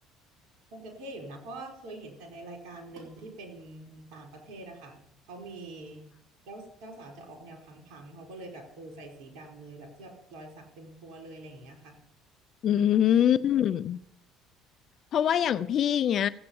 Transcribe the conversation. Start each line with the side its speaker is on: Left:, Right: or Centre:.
Right: คงจะเท่อยู่นะเพราะว่าเคยเห็นแต่ในรายการหนึ่งที่เป็นต่างประเทศอะค่ะเขามีเจ้าเจ้าสาวจะออกแนวพังๆเขาก็เลยแบบเออใส่สีดำเลยแบบที่แบบรอยสักเต็มตัวเลยอะไรอย่างเงี้ยค่ะเออ
Left: อืมเพราะว่าอย่างพี่เนี้ย